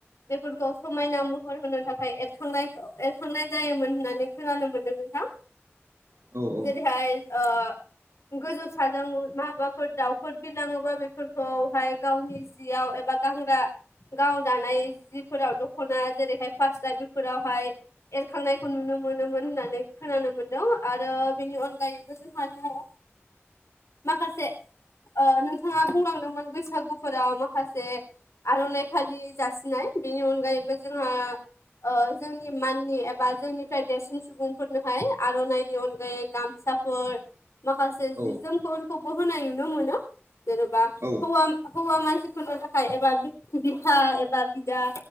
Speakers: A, on the left; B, on the right.
A: बेफोरखौ समायना महर होनो थाखाय एरखांनाय एरखांनाय जायोमोन होननानै‌। खोनानो मोनदों नोंथां
B: औ औ
A: जेरैहाय ओ गोजौ साजों माबाफोर दाउफोर बिरलाङोबा बेफोरखौहाय गावनि जियाव एबा। गानग्रा गाव दानाय जिफोराव दख'ना जेरैहाय फास्रा बेफोरावहाय एरखांनायखौ नुनो मोनोमोन होननानै खोनानो मोन्दों आरो बेनि अनगायैबो जोंहा दङ माखासे ओ नोंथाङा बुंलांदोंमोन बैसागुफोराव माखासे आरननाइ फालि जासिनाय बेनि अनगायैबो जोंहा ओ जोंनि माननि एबा जोंनि फ्राय देरसिन सुबुंफोरनोहाय आरननाइनि अनगायै गामसाफोर माखासे जि
B: औ
A: जोमफोरखौबो होनाय नुनो मोनो जेनबा
B: औ
A: हौवा हौवा मानसिफोरनो थाखाय एबा बि बिफा एबा बिदा